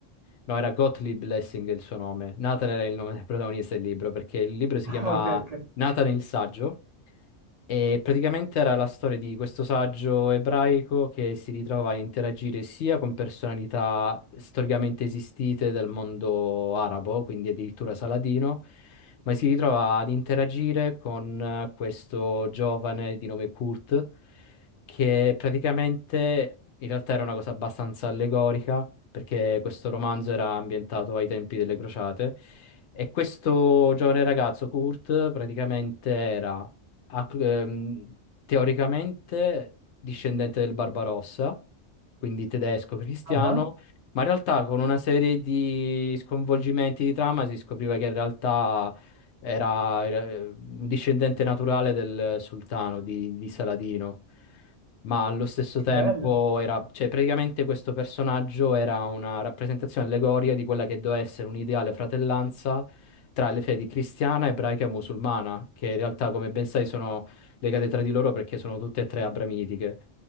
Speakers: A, on the left; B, on the right.
A: No, era Gottlieb Lessing il suo nome. Nathan era il nome del protagonista del libro, perché il libro si
B: ah,
A: chiamava
B: ok, ok.
A: Nathan il saggio. E praticamente era la storia di questo saggio ebraico che si ritrova a interagire sia con personalità storicamente esistite del mondo arabo, quindi addirittura Saladino, ma si ritrova ad interagire con eh, questo giovane di nome Kurt, che praticamente in realtà era una cosa abbastanza allegorica perché questo romanzo era ambientato ai tempi delle crociate. E questo giovane ragazzo, Kurt, praticamente era a- ehm, teoricamente discendente del Barbarossa, quindi tedesco cristiano,
B: Ah, ah,
A: ma in realtà con una serie di sconvolgimenti di trama si scopriva che in realtà era, era, eh, un discendente naturale del sultano di, di Saladino ma allo stesso
B: che
A: tempo
B: bello.
A: era, cioè praticamente questo personaggio era una rappresentazione allegoria di quella che doveva essere un'ideale fratellanza tra le fedi cristiana, ebraica e musulmana, che in realtà, come ben sai, sono legate tra di loro perché sono tutte e tre abramitiche.